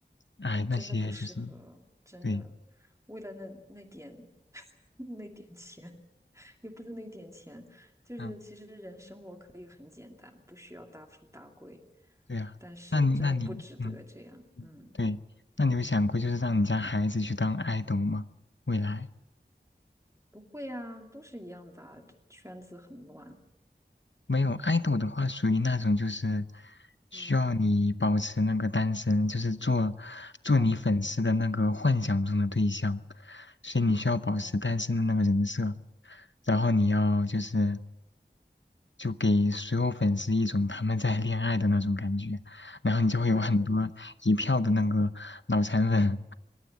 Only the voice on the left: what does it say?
哎，
那些就是
对，
嗯，
对啊。
那你那你，嗯，
对，那你有想过就是让你家孩子去当 idol 吗？未来？
没有爱豆的话，属于那种就是需要你保持那个单身，
就是做做你粉丝的那个幻想中的对象，
所以你需要保持单身的那个人设，
然后你要就是就给所有粉丝一种他们在恋爱的那种感觉，然后你就会有很多一票的那个脑残粉，